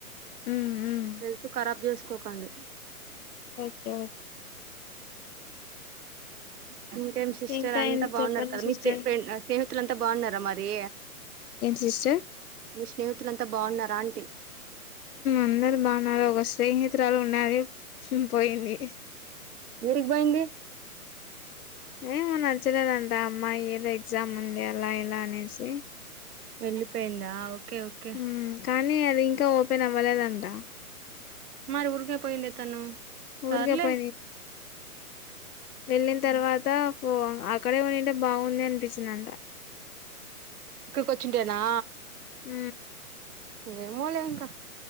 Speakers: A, on the left (about 75°); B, on the right (about 80°).
A: ఉమ్ ఉమ్
B: హెల్త్ కరాబ్ చేస్ తోకండి
A: ఓకే ఓకే
B: ఉ ఇంకేం సిస్టర్
A: ఇంకా
B: అంతా
A: ఏంటి
B: బాగున్నారు
A: చెప్పండి
B: కదా
A: సిస్టర్
B: మీ స్నేహితులంతా బాగున్నారా మరి
A: ఏం సిస్టర్
B: మీ స్నేహితులంతా బాగున్నారా అంటి
A: అందరు బాగున్నారు ఒక స్నేహితురాలు ఉండేది పోయింది
B: ఎరికి బోయింది
A: ఏమో నచ్చలేదంట అమ్మాయి ఏదో ఎగ్జామ్ ఉంది అలా ఇలా అనేసి
B: వెళ్ళిపోయిందా ఓకే ఓకే
A: ఉమ్ కానీ అది ఇంకా ఓపెన్ అవ్వలేదంట
B: మరి ఊరికే పోయిందే తను సర్లే
A: ఊరికాపా వెళ్ తర్వాత పో అక్కడే ఉనింటే బాగుంది అనిపించిందంట
B: ఇక్కడికి వచ్చిన్టేనా
A: ఊ
B: ఏమొలే ఇంక